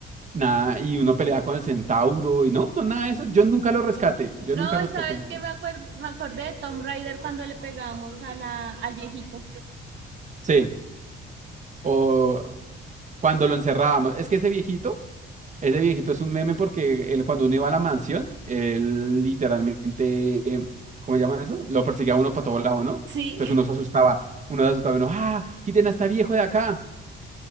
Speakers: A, on the right; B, on the right.
A: nada, y uno peleaba con el centauro y no, no, nada de eso. Yo nunca lo rescaté.
B: No,
A: Yo
B: no,
A: nunca rescaté
B: y sabes
A: ese
B: que
A: juego.
B: me acuerdo, me acordé de Tomb Raider cuando le pegamos a la, al viejito.
A: Sí, o cuando lo encerrábamos. Es que ese viejito Ese viejito es un meme porque él, cuando uno iba a la mansión, él literalmente, eh, ¿cómo se llama eso? Lo perseguía a uno para todos lados, ¿no?
B: Sí,
A: Entonces uno se asustaba, uno se asustaba, uno, ¡ah! Quiten a este viejo de acá.